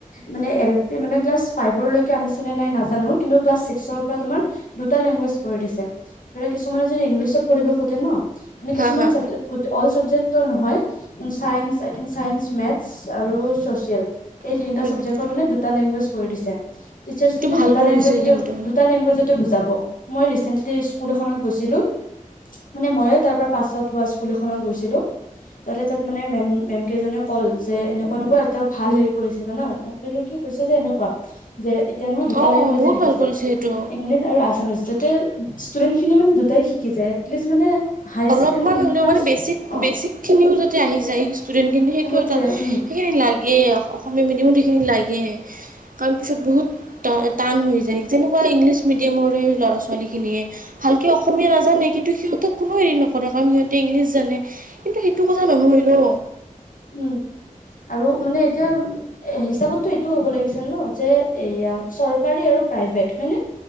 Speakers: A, on the left; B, on the right.
A: মানে এ মানে ক্লাছ ফাইভৰলৈকে আনিছে নে নাই নাজানোঁ, কি চবৰ পৰা তোমাৰ, দুটা লেংগুৱেজ কৰি দিছে, ধৰি লোৱা কিছুমানে যদি ইংলিছত পঢ়িব খুঁজে ন, মানে
B: হা
A: কিছুমান
B: হা অঁ
A: চাবজেক, গো-অল চাবজেক্ট তৰ নহয়, um science, I think science, maths আৰু ছচিয়েল এই তিনিটা
B: সেইটো
A: চাবজেক্টৰ মানে দুটা লেংগুৱেজ কৰি দিছে, টিচাৰ্ছখিনিয়ে
B: ভাল
A: দুটা
B: কৰিছে
A: লেংগুৱেজতে
B: কিন্তু
A: দুটা লেংগুৱেজতে বুজাব, মই ৰিচেন্টলি স্কুল এখনত গৈছিলোঁ মানে মইয়ে তাৰ পৰা পাছ আউত হোৱা স্কুল এখনত গৈছিলোঁ, তাতে তাত মানে মেম-মেম কেইজনীয়ে কল যে, এনেকুৱা তেনেকুৱা, এটা ভাল হেৰি কৰিছে জানা, মই সুধিলোঁ কি কৈছে যে এনেকুৱা, যে এতিয়া নহয় দুটা
B: অঁ
A: লেংগুৱেজে
B: বহুত
A: দি
B: ভাল
A: দিছে,
B: কৰিছে সেইটো
A: ইংলিছ আৰু আছামিছ, যাতে ষ্টুডেন্টখিনি মানে দুটাই শিকি যায়, এতলিষ্ট মানে হাই
B: অলপমান
A: ছেকেণ্ড
B: হ'লেও
A: ক্লাছ
B: মানে বেছিক-বেছিকখিনিও
A: অ
B: যদ দি আহি যায়, ষ্টুডেণ্টখিনি সেইটো
A: সেইটোয়ে
B: এটা,
A: উম
B: সেইখিনি লাগে, অসমীয়া মিডিয়ামত সেইখিনি লাগে কাৰণ পিছত বহুত ট-টান হৈ যায়, যেনেকুৱা ইংলিছ মিডিয়ামৰ এই ল'ৰা ছোৱালীখিনিয়ে ভালকে অসমীয়া নাজানে, কিন্তু সিহঁতক কোনেও হেৰি নকৰে, কাৰণ সিহঁতে ইংলিছ জানে, কিন্তু সেইটো কথা নহয় ন?
A: উম, আৰু মানে এতিয়া এ হিচাপতটো এইটো হ'ব লাগিছিল ন, যে এয়া চৰকাৰী আৰু প্ৰাইভেট, হয় নে?